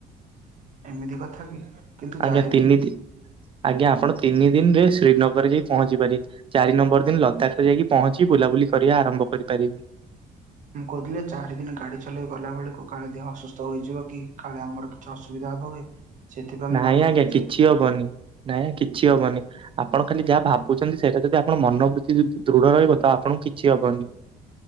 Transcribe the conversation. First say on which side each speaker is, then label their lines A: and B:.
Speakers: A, on the right (about 50°); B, on the right (about 30°).
A: ଏମିତି କଥା କି। କିନ୍ତୁ
B: ଆଜ୍ଞା
A: ଚାରି
B: ତିନି ଦିନ ଆଜ୍ଞା ଆପଣ ତିନି ଦିନରେ ଶ୍ରୀନଗର ରେ ଯାଇ ପହଞ୍ଚି ପାରିବେ। ଚାରି ନମ୍ବର ଦିନ ଲଦାଖରେ ଯାଇକି ପହଞ୍ଚି ବୁଲାବୁଲି କରିବା ଆରମ୍ଭ କରିପାରିବେ।
A: ମୁଁ କହୁଥିଲି ଚାରି ଦିନ ଗାଡ଼ି ଚଲେଇ ଗଲା ବେଳକୁ କାଳେ ଦେହ ଅସୁସ୍ଥ ହୋଇଯିବ କି କାଳେ ଆମର କି ଅସୁବିଧା ହବ କି? ସେଥିପାଇଁ
B: ନାଇଁ
A: ମୁଁ ଭାବୁଥିଲି
B: ଆଜ୍ଞା କିଛି
A: ଯେ
B: ହବନି ନାଇଁ ଆ କିଛି ହବନି। ଆପଣ ଖାଲି ଯାହା ଭାବୁଛନ୍ତି ସେଇଟା ଯଦି ଆପଣ ମନୋବୃତ୍ତି ଦୃଢ ରହିବ ତ ଆପଣଙ୍କୁ କିଛି ହବନି।